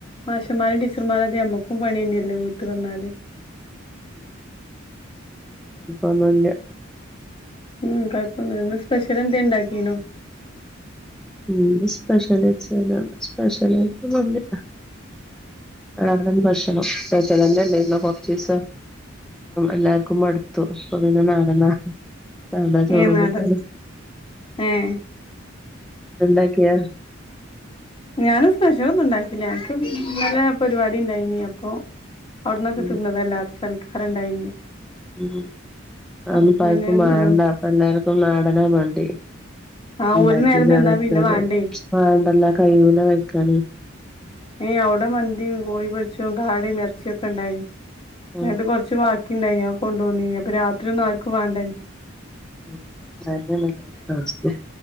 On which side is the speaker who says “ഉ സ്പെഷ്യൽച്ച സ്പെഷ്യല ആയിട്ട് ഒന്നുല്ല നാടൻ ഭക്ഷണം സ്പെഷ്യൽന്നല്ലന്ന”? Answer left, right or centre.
Centre